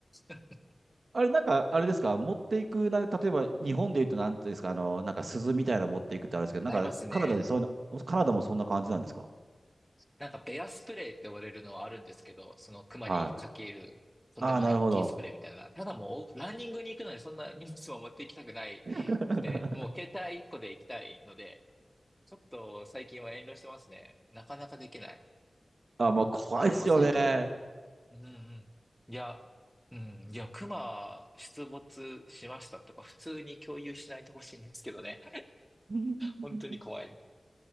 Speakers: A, in the centre; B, on the right (about 70°).
A: <laughs>
B: あれ、なんか、あれですか持っていく、な、例えば日本で言うとなんていうんですかあの、なんか鈴みたいなの持っていくってあるんですけど、
A: ありますね。
B: なんかカナダでそういうの、カナダもそんな感じなんですか
A: なんかベアスプレーって呼ばれるのはあるんですけど、その熊にかけるとんでもない大きいスプレーみたいな。
B: はい。ああ、なるほど。
A: ただもうランニングに行くのにそんな荷物も持って行きたくないくて、
B: <laughs>
A: もう携帯1個で行きたいので、ちょっと最近は遠慮してますね。なかなかできない。
B: あ、まあ、怖いっすよね。
A: あ、でも最近うんうん。いや、うん。いや、熊出没しましたとか、普通に共有しないでほしいんですけどね。
B: <laughs>
A: 本当に怖い。